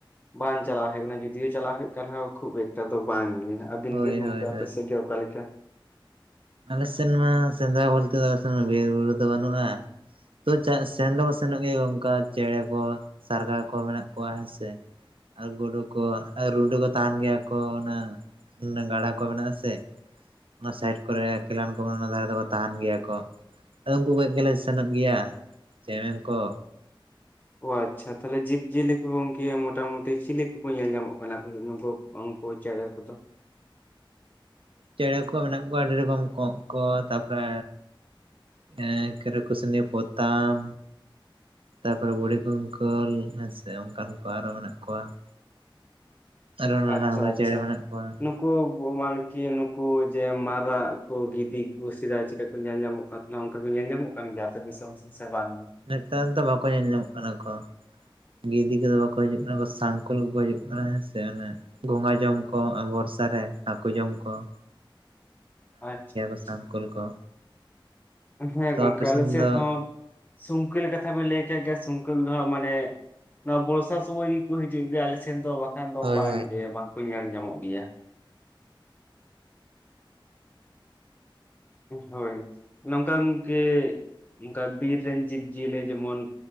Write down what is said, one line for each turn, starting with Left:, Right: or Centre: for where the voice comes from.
Left: ᱵᱟᱝ ᱪᱟᱞᱟᱣ ᱦᱳᱭᱳᱜ ᱠᱟᱱᱟ, ᱡᱩᱫᱤᱭᱳ ᱪᱟᱞᱟᱣ ᱦᱳᱭᱳᱜ ᱠᱟᱱ ᱦᱚ, ᱠᱷᱩᱵ ᱮᱠᱴᱟ ᱫᱚ ᱵᱟᱝ ᱜᱮ ᱦᱟᱜ ᱾ ᱟᱵᱤᱱ
Right: ᱦᱳᱭ
Left: ᱜᱮ ᱜᱚᱝᱠᱮ,
Right: ᱦᱳᱭ
Left: ᱟᱯᱮ
Right: ᱦᱳᱭ
Left: ᱥᱮᱜ ᱜᱮ ᱚᱠᱟ ᱞᱮᱠᱟ?
Right: ᱟᱞᱮ ᱥᱮᱱ ᱢᱟ ᱥᱮᱸᱫᱽᱨᱟ ᱵᱚᱞᱛᱮ ᱫᱚ, ᱟᱞᱮ ᱥᱮᱱ ᱵᱤᱨ-ᱵᱩᱨᱩ ᱫᱚ ᱵᱟᱱᱩᱜ-ᱟ ᱾ ᱛᱚ ᱪᱟᱜ ᱥᱮᱱ ᱫᱚᱠᱚ ᱥᱮᱱᱚᱜ ᱜᱮᱭᱟ, ᱚᱱᱠᱟ ᱪᱮᱬᱮ ᱠᱚ ᱥᱟᱨᱜᱟ ᱠᱚ ᱢᱮᱱᱟᱜ ᱠᱚᱣᱟ ᱦᱮ ᱥᱮ ᱾ ᱟᱨ ᱜᱳᱰᱳ ᱠᱚ, ᱟᱨ ᱨᱩᱰᱩ ᱠᱚ, ᱛᱟᱦᱮᱱ ᱜᱮᱭᱟ ᱠᱚ ᱚᱱᱟ ᱚᱱᱟ ᱜᱟᱰᱟ ᱠᱚ ᱢᱮᱱᱟᱜ-ᱟ ᱥᱮ, ᱚᱱᱟ ᱥᱟᱭᱤᱰ᱾ ᱠᱚᱨᱮ ᱠᱮᱞᱟᱱ ᱠᱚ ᱚᱱᱟ ᱫᱷᱟᱨᱮ ᱫᱚᱠᱚ, ᱛᱟᱦᱮᱱ ᱜᱮᱭᱟ ᱠᱚ ᱾ ᱟᱫᱚ ᱩᱱᱠᱩ ᱜᱚᱡ ᱜᱮᱞᱮ ᱥᱮᱱᱚᱜ ᱜᱮᱭᱟ, ᱪᱮᱬᱮ ᱠᱚ᱾
Left: ᱚ ᱟᱪᱪᱷᱟ ᱛᱟᱦᱚᱞᱮ ᱡᱤᱵᱽ ᱡᱤᱭᱟᱹᱞᱤ ᱠᱚ, ᱜᱚᱝᱠᱮ ᱢᱚᱴᱟ ᱢᱩᱴᱤ ᱪᱤᱞᱤ ᱠᱩᱠᱩ ᱧᱮᱞ ᱧᱟᱢᱚᱜ ᱠᱟᱱᱟ? ᱱᱩᱠᱩ ᱩᱱᱠᱩ ᱪᱮᱬᱮ ᱠᱚᱫᱚ?
Right: ᱪᱮᱬᱮ ᱠᱚ ᱢᱮᱱᱟᱜ ᱠᱚᱣᱟ, ᱟᱹᱰᱤ ᱨᱚᱠᱚᱢ ᱠᱚᱸᱜ ᱠᱚ, ᱛᱟᱯᱚᱨᱮ ᱮᱸ ᱠᱮᱨᱚ ᱠᱤᱥᱱᱤ ᱯᱚᱛᱟᱢ᱾ ᱛᱟᱯᱚᱨᱮ ᱵᱩᱲᱦᱤ ᱠᱩᱝᱠᱟᱹᱞ ᱦᱮᱸ ᱥᱮ, ᱚᱱᱠᱟᱱ ᱠᱚ ᱟᱨᱚ ᱢᱮᱱᱟᱜ ᱠᱚᱣᱟ ᱾
Left: <unintelligible> <inaudible>
Right: ᱟᱨᱚ ᱱᱟᱱᱟ
Left: ᱟᱪᱪᱷᱟ
Right: ᱦᱩᱱᱟᱹᱨ
Left: ᱟᱪᱪᱷᱟ
Right: ᱪᱮᱬᱮ ᱢᱮᱱᱟᱜ ᱠᱚᱣᱟ ᱾
Left: ᱱᱩᱠᱩ ᱢᱟᱱᱠᱤ ᱱᱩᱠᱩ ᱡᱮ ᱢᱟᱨᱟᱜ ᱠᱩ, ᱜᱤᱫᱤ ᱠᱩ ᱥᱮᱫᱟᱭ ᱪᱤᱜᱠᱟ ᱠᱚ ᱧᱮᱞ ᱧᱟᱢᱚᱜ ᱚᱱᱠᱟ ᱠᱚ ᱧᱮᱞ ᱧᱟᱢᱚᱜ ᱠᱟᱱ ᱜᱮᱭᱟ, ᱟᱯᱮ ᱫᱤᱥᱚᱢ ᱥᱮᱱ ᱥᱮ ᱵᱟᱝ?
Right: ᱱᱮᱛᱟᱨ ᱫᱚ ᱵᱟᱠᱚ ᱧᱮᱞ ᱧᱟᱢᱚᱜ ᱠᱟᱱᱟ ᱠᱚ ᱾ ᱜᱤᱫᱤ ᱠᱚᱫᱚ ᱵᱟᱠᱚ ᱦᱤᱡᱩᱜ ᱠᱟᱱᱟ, ᱥᱟᱝᱠᱚᱞ ᱠᱚᱠᱚ ᱦᱤᱡᱩᱜ ᱠᱟᱱᱟ ᱦᱮᱸ ᱥᱮ, ᱚᱱᱮ ᱜᱚᱸᱝᱜᱟ ᱡᱚᱢ ᱠᱚ ᱵᱚᱨᱥᱟ ᱨᱮ, ᱦᱟᱠᱳ ᱡᱚᱢ ᱠᱚ ᱾
Left: ᱟᱪᱪᱷᱟ, ᱟᱪᱪᱷᱟ,
Right: ᱥᱟᱝᱠᱳᱞ ᱠᱚ
Left: ᱦᱮᱸ
Right: ᱛᱚ
Left: ᱜᱚᱝᱠᱮ
Right: ᱟᱯᱮ ᱥᱮᱱ
Left: ᱟᱞᱮ ᱥᱮᱫ
Right: ᱫᱚ
Left: ᱦᱚᱸ ᱥᱩᱝᱠᱟᱹᱞ ᱠᱟᱛᱷᱟ ᱵᱤᱱ ᱞᱟᱹᱭ ᱠᱮᱫ, ᱜᱮ ᱥᱩᱝᱠᱟᱹᱞ ᱫᱚ ᱦᱟᱸᱜ ᱢᱟᱱᱮ ᱱᱚᱣᱟ ᱵᱚᱨᱥᱟ ᱥᱩᱚᱢᱚᱭ ᱜᱮᱠᱚ ᱦᱤᱡᱩᱜ ᱜᱮᱭᱟ, ᱟᱞᱮ ᱥᱮᱱ ᱫᱚ ᱵᱟᱠᱷᱟᱱ ᱫᱚ,
Right: ᱦᱳᱭ
Left: ᱵᱟᱝ
Right: ᱦᱳᱭ
Left: ᱜᱮ ᱵᱟᱝ ᱠᱚ ᱧᱮᱞ ᱧᱟᱢᱚᱜ ᱜᱮᱭᱟ ᱾ ᱦᱳᱭ ᱱᱚᱝᱠᱟ ᱜᱚᱝᱠᱮ ᱚᱱᱠᱟ ᱵᱤᱨ ᱨᱮᱱ, ᱡᱤᱵᱽ ᱡᱤᱭᱟᱹᱞᱤ ᱡᱮᱢᱚᱱ